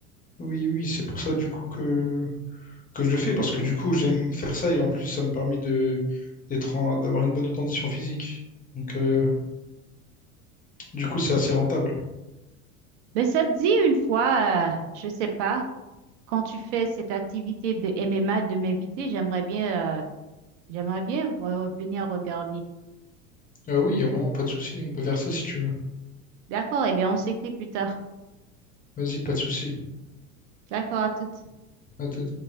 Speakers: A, on the left; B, on the right.
A: oui, oui, c'est pour ça du coup que que je le fais parce que du coup j'aime faire ça et en plus ça me permet de d'être en- d'avoir une bonne condition physique. Donc euh, Du coup, c'est assez rentable.
B: Mais ça te dit une fois, euh, je sais pas, quand tu fais cette activité de MMA de m'inviter, j'aimerais bien, euh, j'aimerais bien re- revenir regarder.
A: Euh, oui, il n'y a vraiment pas de souci. On peut faire ça si tu veux.
B: D'accord, eh bien, on s'écrit plus tard.
A: Vas-y, pas de souci.
B: D'accord, à tout.
A: À tout.